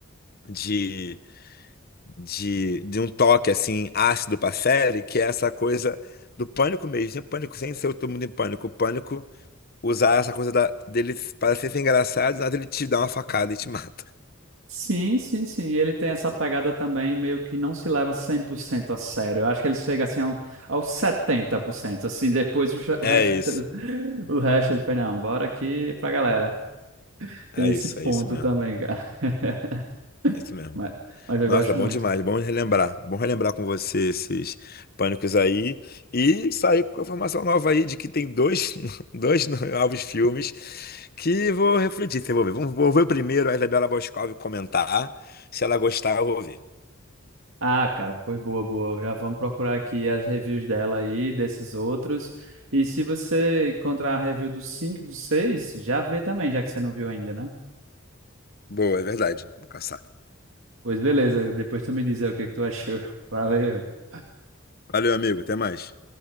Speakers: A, on the left; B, on the right.
A: de, de, de um toque assim ácido pra série, que é essa coisa do pânico mesmo, sem pânico, sem ser todo mundo em pânico. O pânico usar essa coisa da, dele parecer ser engraçado, nada ele te dá uma facada e te <laughs> mata.
B: Sim, sim, sim. Ele tem essa pegada também, meio que não se leva 100% a sério. Eu acho que ele chega assim ao- aos 70%. assim, depois o, cha-
A: É
B: o resto
A: isso,
B: <laughs> o resto ele fala, não, bora aqui pra galera.
A: é
B: Tem esse
A: isso,
B: ponto
A: é isso mesmo.
B: também, cara. <laughs>
A: É isso mesmo.
B: Mas, mas eu
A: Nossa,
B: gosto
A: bom
B: muito.
A: demais, bom relembrar. Bom relembrar com você esses pânicos aí e sair com a informação nova aí de que tem dois, <laughs> dois novos filmes que vou refletir, se eu vou ver. Vou vou ver o primeiro, a Isabela Boscov comentar. Se ela gostar, eu vou ver.
B: Ah, cara, pois boa, boa. Já vamos procurar aqui as reviews dela aí, desses outros. E se você encontrar a review dos 5, e do 6, já vê também, já que você não viu ainda, né?
A: Boa, é verdade. Vou caçar.
B: Pois beleza, depois tu me diz aí o que que tu achou. <laughs> Valeu.
A: Valeu, amigo. Até mais.